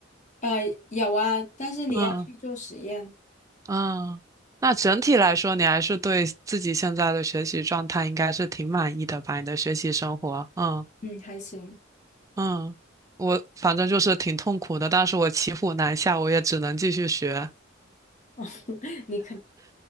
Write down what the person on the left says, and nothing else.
呃，有啊，但是你要去做实验，
嗯，还行。
<laughs> 你可，